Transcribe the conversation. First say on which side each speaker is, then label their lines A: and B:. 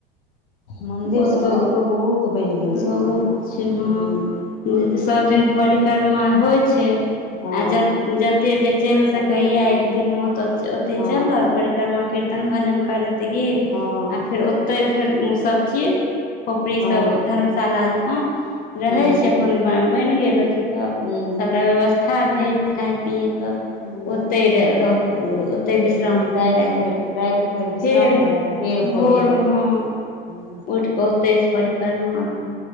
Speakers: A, on the left; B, on the left.
A: मन्दिरसभ
B: ओतौ
A: तऽ ओतहु बहुत बनि गेल
B: बहुत
A: छथिन ने हुँ
B: छै हँ सभ दिनके परिक्रमा होइ छै
A: हँ
B: आ ज जते जे चलि सकय या एक दिन मे ओते
A: हँ
B: चलि रहल पर क्रिमा कीर्तन भजन करैत गेल
A: हँ
B: आ फेर ओते फेर ओ सब चीज खोपड़ी
A: हँ
B: सब धर्मशाला जकाँ रहै
A: हूँ
B: छै अपन बनि गेल अथी तऽ
A: हूँ
B: सभटा व्यवस्था भेल खाय पियएके
A: हूँ
B: ओतहि रहल ओतहि
A: हूँ
B: विश्राम
A: राति
B: भेल रातिमे
A: भरि राति भरि विश्राम
B: फेर
A: केलक फेर भोरे
B: भोरमे हाँ
A: हूँ
B: उठ के ओतेस परिक्रमा भेल